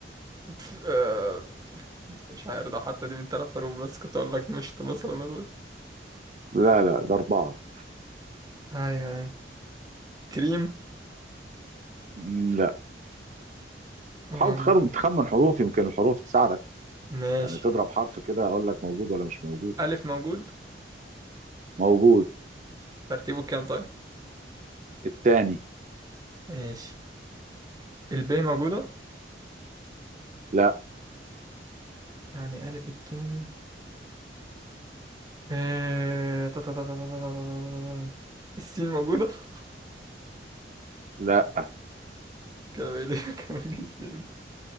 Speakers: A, on the right (about 20°); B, on the right (about 40°).
A: ف- آه، مش عارف ده حتى دي من ثلاث حروف بس كنت اقول لك مشط مثلا ولا
B: لا لا ده اربعه
A: ايوه ايوه كريم
B: مم، لا
A: أم،
B: حاول تخرم تخمن حروف يمكن الحروف تساعدك
A: ماشي
B: يعني تضرب حرف كده اقول لك موجود ولا مش موجود
A: ألف موجود
B: موجود
A: ترتيبه كام طيب
B: التاني
A: ماشي الب موجودة
B: لا
A: يعني ألف التاني آه، تا- تا- تا- تا- تا- تا- تا- السين موجودة <laughs>
B: لا
A: كده بقى لي كام السين